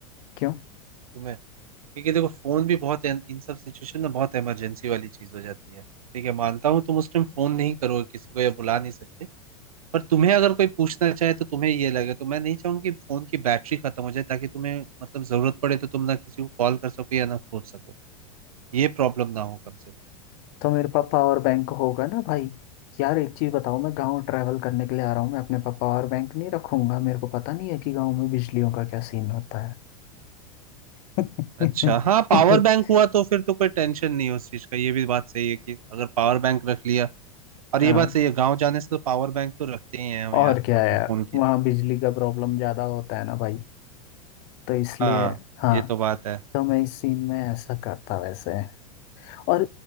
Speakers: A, on the left; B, on the right.
A: क्यों
B: तुम्हें क्योंकि देखो फोन भी बहुत इन इन सब सिचुएशन में बहुत इमरजेंसी वाली चीज हो जाती है ठीक है मानता हूँ तुम उस टाइम फोन नहीं करोगे किसी को या बुला नहीं सकते पर तुम्हें अगर कोई पूछना चाहे तो तुम्हें ये लगे तो मैं नहीं चाहूंगी कि फोन की बैटरी खत्म हो जाए ताकि तुम्हें मतलब जरूरत पड़े तो तुम ना किसी को कॉल कर सको या ना खोल सको ये प्रॉब्लम ना हो कम से कम
A: तो मेरे पास पावर बैंक होगा ना भाई यार एक चीज़ बताओ मैं गांव ट्रैवल करने के लिए आ रहा हूँ मैं अपने पास पावर बैंक नहीं रखूंगा मेरे को पता नहीं है कि गांव में बिजलियों का क्या सीन होता है <laughs>
B: अच्छा हाँ पावर बैंक हुआ तो फिर तो कोई टेंशन नहीं है उस चीज का ये भी बात सही है कि अगर पावर बैंक रख लिया और
A: हाँ
B: ये बात सही है गाँव जाने से तो पावर बैंक तो रखते ही हैं हम यार
A: और क्या
B: अपने
A: यार
B: फोन के
A: वहाँ
B: लिए
A: बिजली का प्रॉब्लम ज्यादा होता है ना भाई तो इसलिए
B: हाँ
A: हाँ
B: ये तो बात है
A: तो मैं इस सीन में ऐसा करता वैसे और